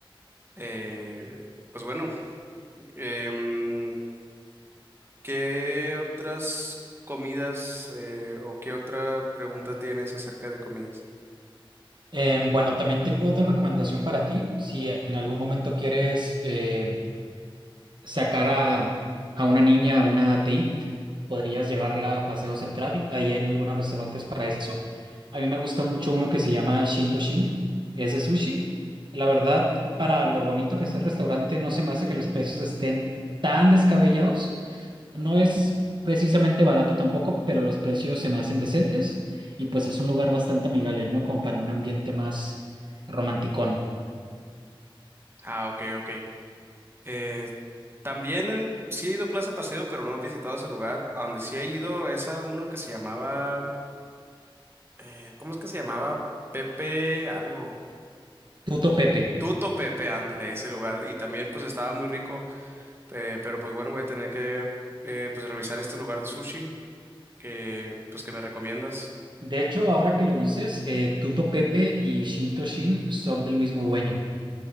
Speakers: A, on the right; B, on the right.
A: Eh, pues bueno, em, ¿qué otras comidas eh, o qué otra pregunta tienes acerca de comidas?
B: Em, bueno, también tengo otra recomendación para ti. Si en algún momento quieres... em, sacar a, a una niña a una date, podrías llevarla a Paseo Central, ahí hay muy buenos restaurantes para eso. A mí me gusta mucho uno que se llama Shintoshin, es de sushi. La verdad, para lo bonito que es el restaurante, no se me hace que los precios estén tan descabellados. No es precisamente barato tampoco, pero los precios se me hacen decentes y pues es un lugar bastante amigable, ¿no? Como para un ambiente más romanticón.
A: Ah, ok, ok. Eh, también en- sí he ido a Plaza Paseo, pero no he visitado ese lugar. A donde sí he ido es a uno que se llamaba, eh, ¿cómo es que se llamaba? Pepe algo.
B: Tuto Pepe.
A: Tuto Pepe, ándale, ese lugar. Y también pues estaba muy rico, eh, pero pues bueno, voy a tener que eh, pues revisar este lugar de sushi que pues que me recomiendas.
B: De hecho, ahora que lo dices, eh, Tuto Pepe y Shinto Shin son del mismo dueño.